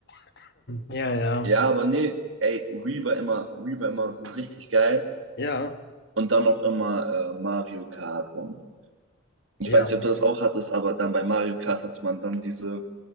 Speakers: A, on the left; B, on the right.
A: Ja, ja.
B: Ja, aber nee, ey, Wii war immer, Wii war immer so richtig geil.
A: Ja,
B: Und dann noch immer äh, Mario Kart. Und ich
A: ja,
B: weiß nicht, ob du das auch hattest, aber dann bei Mario Kart hatte man dann diese,